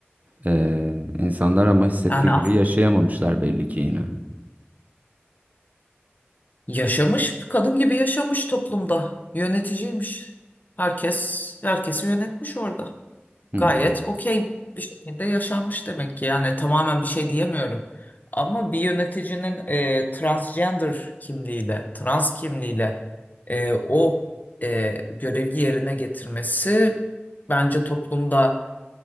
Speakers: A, on the right (about 40°); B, on the left (about 45°).
A: Ee, insanlar ama hissettiği
B: Yani aslında
A: gibi yaşayamamışlar belli ki yine.
B: yaşamış, kadın gibi yaşamış toplumda. Yöneticiymiş. Herkes herkesi yönetmiş orada.
A: Hmm,
B: gayet okey bir şekilde yaşanmış demek ki. Yani tamamen bir şey diyemiyorum. Ama bir yöneticinin e, transgender kimliğiyle, trans kimliğiyle e, o e, görevi yerine getirmesi bence toplumda